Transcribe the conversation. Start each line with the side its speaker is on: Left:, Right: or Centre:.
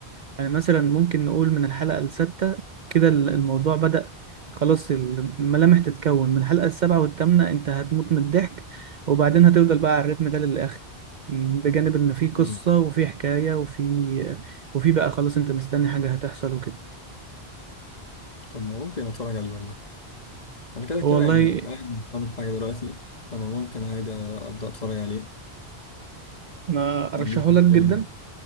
Right: يعني مثلا ممكن نقول من الحلقة السادسة كده ال- الموضوع بدأ خلاص الملامح تتكون من الحلقة السابعة والثامنة انت هتموت من الضحك وبعدين هتفضل بقى على الريتم ده للآخر م، بجانب ان في قصة
Left: مم.
Right: وفي حكاية وفي وفي بقى خلاص انت مستني حاجة هتحصل وكده
Left: طب ما ممكن أتفرج عليه والله أنا كده
Right: والله
Left: كده يعني قاعد مش بعمل حاجة دلوقتي فأنا ممكن عادي أبدأ أتفرج عليه
Right: انا ارشحه
Left: ما عنديش
Right: لك
Left: مشكلة
Right: جدا
Left: يعني